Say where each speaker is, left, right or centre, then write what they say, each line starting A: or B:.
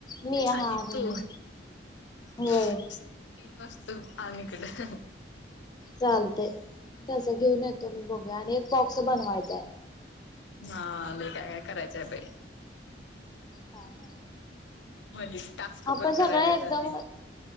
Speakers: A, on the left; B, on the left.
A: मी
B: आणि
A: हा
B: तू.
A: मी होय
B: तीन वस्तू आणि इकडं.
A: चालतंय तसं घेऊन येतो मी बघूया आणि एक बॉक्स बनवायचाय.
B: हा लय काय काय करायचं बाई.
A: काय नाही.
B: <unintelligible>
A: आपण
B: करायला
A: सगळे
B: येत
A: एकदम
B: नाही.